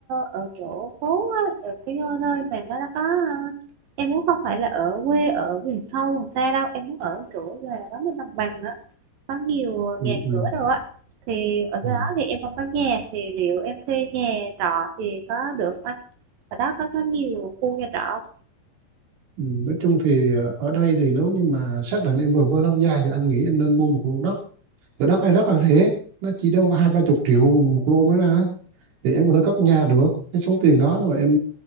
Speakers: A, on the right; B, on the right.
A: ở chỗ phố á, ở cái nơi mà nó nó có ờ, em muốn không phải là ở quê ở vùng sâu vùng xa đâu em muốn ở chỗ là đó bên đồng bằng á có nhiều
B: ừ,
A: nhà
B: ừ,
A: cửa đâu á thì ở
B: ừ.
A: cái đó thì em không có nhà thì liệu em thuê nhà trọ thì có được không anh ở đó có có nhiều khu nhà trọ không?
B: Ừ, Nói chung thì ờ, ở đây thì nếu như mà xác định em vừa với lâu dài thì anh nghĩ em nên mua một lô đất Thửa đất này rất là rẻ, nó chỉ đâu có hai ba chục triệu một lô mới ra, thì em có thể cất nhà được. Cái số tiền đó mà em